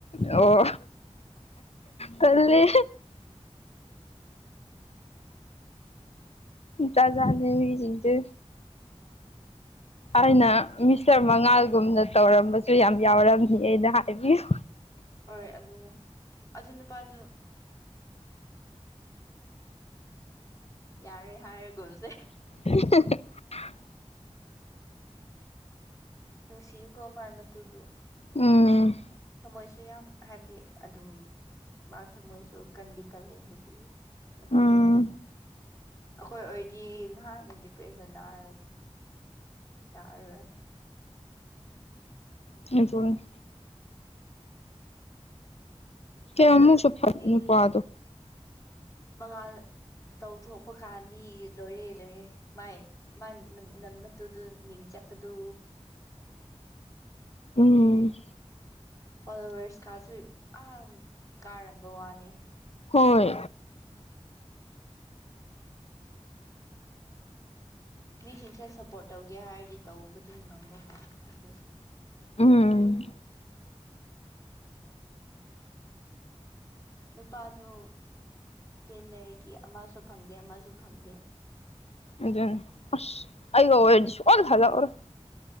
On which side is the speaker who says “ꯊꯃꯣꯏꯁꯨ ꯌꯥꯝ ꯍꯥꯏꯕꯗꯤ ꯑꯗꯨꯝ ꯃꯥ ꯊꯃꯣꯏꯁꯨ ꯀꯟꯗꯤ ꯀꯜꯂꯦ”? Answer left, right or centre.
Left